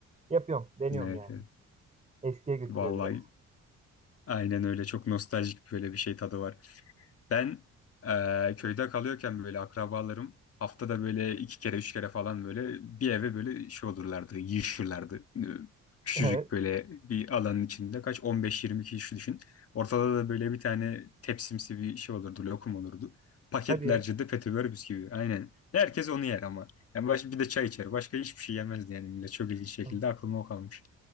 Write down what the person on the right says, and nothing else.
Yapıyorum. Deniyorum
yani.
Eskiye götürüyor
biraz.
<laughs>
Evet.
Hadi ya.
<laughs>